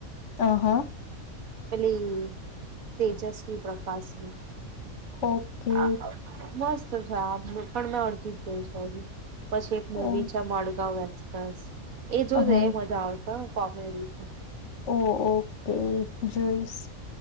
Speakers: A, on the left; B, on the right.
A: ત હ.
B: પેલી તેજસ્વી પ્રકાશની
A: ઓકે
B: <unintelligible> મસ્ત છે આપણું પણ મેં અરધું <unintelligible> પછી એક મુવી
A: ઓ
B: છે મડગાવ આસપાસ એ જોજે
A: હા
B: એ મજા આવશે. હા કોમેડી છે.
A: ઓ ઓકે જોઈશ.